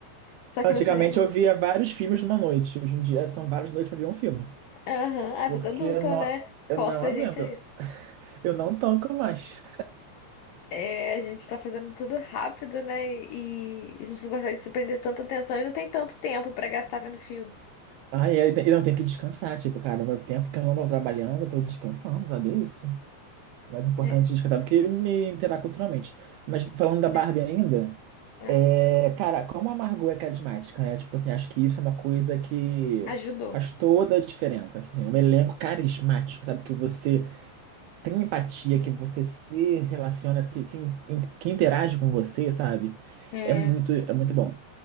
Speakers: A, on the left; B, on the right.
A: Só que
B: Antigamente
A: no cinema...
B: eu via vários filmes numa noite. Hoje em dia são várias noites pra ver um filme.
A: Aham, a
B: Porque
A: vida adulta,
B: eu não,
A: né?
B: eu
A: Força
B: não aguento.
A: a gente a isso.
B: Eu não tanco mais.
A: É, a gente tá fazendo tudo rápido, né? E a gente não consegue se prender tanta atenção e não tem tanto tempo pra gastar vendo filme.
B: Ai, eu, te- eu não tenho que descansar. Tipo, cara, o meu tempo que eu não tô trabalhando, eu tô descansando, sabe? É isso. É mais importante
A: É,
B: descansar do que me interar culturalmente. Mas falando da Barbie
A: é,
B: ainda,
A: é.
B: é, cara, como a Margot é carismática, né? Tipo assim, acho que isso é uma coisa que
A: Ajudou.
B: faz toda a diferença. Assim, um elenco carismático, sabe? Que você tem empatia, que você se relaciona, se, se in- que interage com você, sabe?
A: É.
B: É muito, é muito bom.